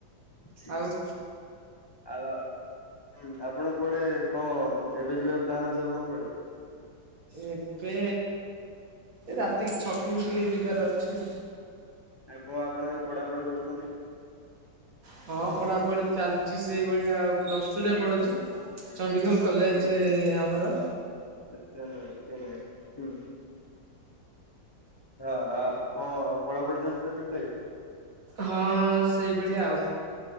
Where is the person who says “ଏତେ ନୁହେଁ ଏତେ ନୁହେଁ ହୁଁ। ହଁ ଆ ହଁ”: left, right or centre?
Left